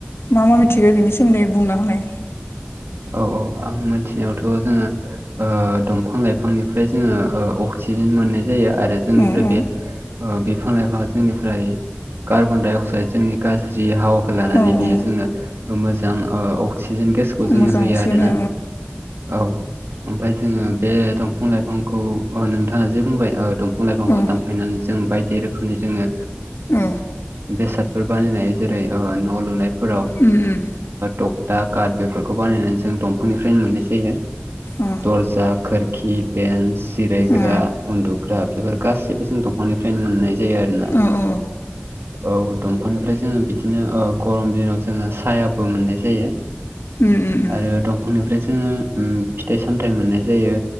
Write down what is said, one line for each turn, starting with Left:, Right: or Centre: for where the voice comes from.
Left: मा मा मिथिगौ बिनि सोमोन्दै बुंना हालाय
Right: औ औ आं मिथिनायावथ' जोङो दंफां लाइफांनिफ्राय जोङो अक्सिजेन मोननाय जायो आरो जोंनिफ्राय
Left: औ औ
Right: बे बिफां लाइफाङा जोंनिफ्राय कार्बन डाइ अक्साइड जोंनि गाज्रि हावाखौ लानानै
Left: औ
Right: बियो
Left: औ
Right: जोनो मोजां अक्सिजेन गेस खौ जोंनो
Left: मोजां
Right: होयो
Left: अक्सिजेन
Right: आरोना
Left: औ
Right: औ ओमफाय जोङो बे दंफां लाइफांखौ नोंथाङा जे बुंबाय द बिफां लाइफांखौ
Left: औ
Right: दानफायनानै जों बायदि रोखोमनि जोङो
Left: औ
Right: बेसादफोर बानायनाय जेरै न' लुनायफोराव
Left: उम उम
Right: थकथा काट बेफोरखौ बानायनानै जों दंफांनिफ्रायनो मोननाय जायो
Left: औ
Right: दर्जा खोरखि बेन्स जिरायग्रा
Left: औ
Right: उन्दुग्रा बेफोर गासैबो जों दंफांनिफ्रायनो मोननाय जायो आरोना
Left: औ औ
Right: औ दंफांनिफ्राय जोङो बिदिनो गरम दिनाव जोङो सायाबो मोननाय जायो
Left: उम उ उम
Right: आरो दंफांनिफ्राय जोङो फिथाइ सामथाइ मोननाय जायो